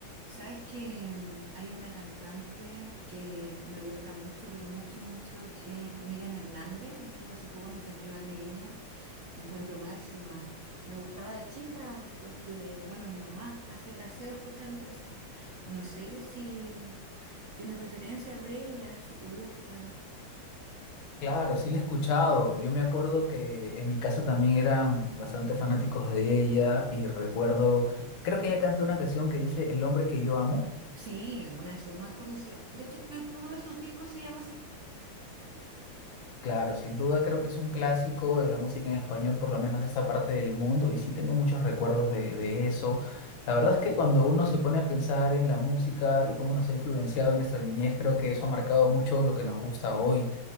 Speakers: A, on the right; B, on the left.
A: Sabes que mm, hay una cantante que me gusta mucho, pero mucho, mucho, que es Miriam Hernández. Estuvo hace poco en el Festival de Viña. La encuentro máxima. Me gustaba de chica porque, bueno, mi mamá hacía el aseo escuchando eso. No sé si tienes referencias de ella, si te gusta.
B: Claro, sí la he escuchado. Yo me acuerdo que en mi casa también eran bastante fanáticos de ella y recuerdo, creo que ella canta una canción que dice El hombre que yo amo.
A: Sí, una de sus más conocidas. De hecho, creo que uno de sus discos se llama así.
B: Claro, sin duda creo que es un clásico de la música en español, por lo menos de esta parte del mundo, y sí tengo muchos recuerdos de, de eso. La verdad es que cuando uno se pone a pensar en la música y cómo nos ha influenciado en nuestra niñez, creo que eso ha marcado mucho lo que nos gusta hoy.